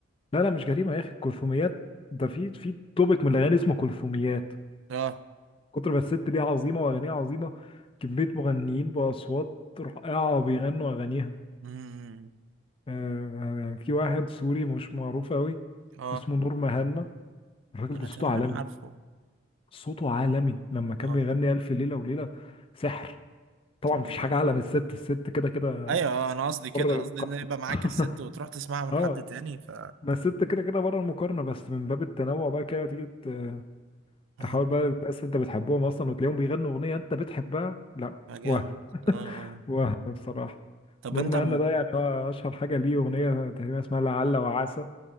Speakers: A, on the left; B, on the right.
A: لا لا مش جريمه يا اخي الكلثوميات ده في في توبيك من الاغاني اسمه كلثوميات
B: اه
A: كتر ما الست دي عظيمه واغانيها عظيمه كميه مغنيين باصوات رائعه بيغنوا اغانيها
B: امم
A: آه يعني في واحد سوري مش معروف قوي
B: اه
A: اسمه نور مهنا الراجل
B: انا
A: ده
B: تقريبا
A: صوته عالمي
B: عارفه
A: صوته عالمي لما كان
B: اه
A: بيغني ألف ليلة وليلة سحر طبعا
B: طب
A: مفيش
B: والله
A: حاجة أعلى من الست الست كده كده
B: ايوه آه، انا قصدي كده
A: بره ال-
B: قصدي ان يبقى معاك
A: <laughs>
B: الست وتروح تسمعها من
A: اه
B: حد تاني ف
A: ما الست كده كده بره المقارنة بس من باب التنوع بقى كده تيجي ت-
B: اه
A: تحاول بقى الناس انت بتحبهم اصلا وتلاقيهم بيغنوا اغنية انت بتحبها لا
B: فجامد
A: وهم
B: اه
A: <laughs>
B: اه
A: وهم بصراحة
B: طب
A: نور
B: انت
A: مهنا
B: م...
A: ده يعني هو اشهر حاجة ليه اغنية تقريبا اسمها لعل وعسى